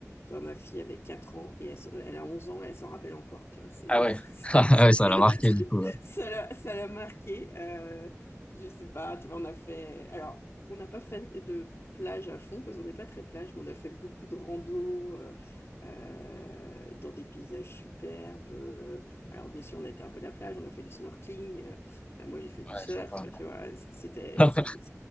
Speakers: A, on the left; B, on the left.
A: tu vois, ma fille avait 4 ans et elle, se- elle a 11 ans et elle s'en rappelle encore, tu vois, c'est
B: Ah
A: le,
B: ouais.
A: <laughs> c'est,
B: <laughs> Ah ouais, ça
A: c'est
B: l'a
A: le
B: marqué,
A: truc,
B: du coup. Ouais,
A: ça l'a ça l'a marqué. Euh, je sais pas, tu vois, on a fait, alors, on n'a pas fait de plage à fond parce qu'on n'est pas très plage, mais on a fait beaucoup de rando euh, euh, dans des paysages superbes. euh, alors, bien sûr, on a été un peu à la plage, on a fait du snorkeling, euh, ben, moi, j'ai fait du
B: Ouais,
A: surf, enfin, tu vois. C'était,
B: sympa.
A: c'était,
B: <laughs>